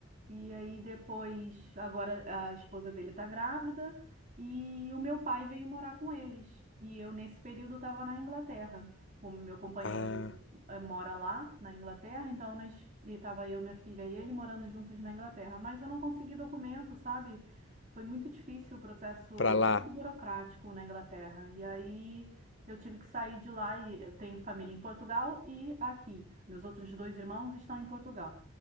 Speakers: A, on the right; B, on the left.
A: E aí depois, agora a esposa dele está grávida e o meu pai veio morar com eles. E eu, nesse período, estava na Inglaterra. O meu companheiro
B: Ah,
A: eh, mora lá, na Inglaterra, então nós, estava eu, minha filha e ele morando juntos na Inglaterra. Mas eu não consegui documento, sabe? Foi muito difícil o processo,
B: pra lá.
A: muito burocrático na Inglaterra. E aí eu tive que sair de lá e eu tenho família em Portugal e aqui. Meus outros dois irmãos estão em Portugal.